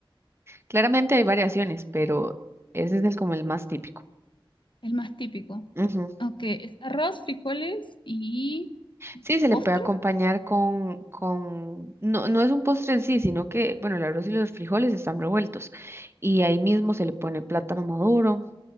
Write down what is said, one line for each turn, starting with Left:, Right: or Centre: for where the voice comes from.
Right: Claramente hay variaciones, pero ese es el como el más típico.
Left: El más típico.
Right: Ujú.
Left: Ok, es arroz, frijoles y
Right: Sí, se
Left: postre.
Right: le puede acompañar con, con, no, no es un postre en sí, sino que, bueno, el arroz y los frijoles están revueltos y ahí mismo se le pone plátano maduro.